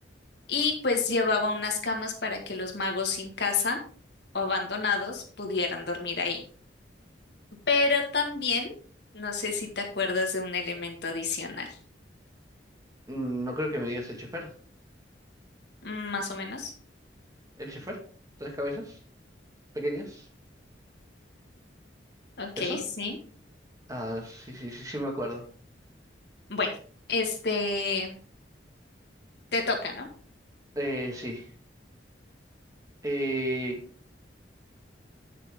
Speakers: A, on the left; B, on the right.
A: y pues llevaba unas camas para que los magos sin casa o abandonados pudieran dormir ahí. Pero también, no sé si te acuerdas de un elemento adicional.
B: Mm, No creo que me digas el chofer.
A: Mm, Más o menos.
B: ¿El chofer? ¿Tres cabezas? ¿Pequeñas?
A: Ok,
B: ¿Eso?
A: sí.
B: Ah, sí, sí, sí, sí me acuerdo.
A: Bueno, este, te toca, ¿no?
B: Eh, sí. Eh,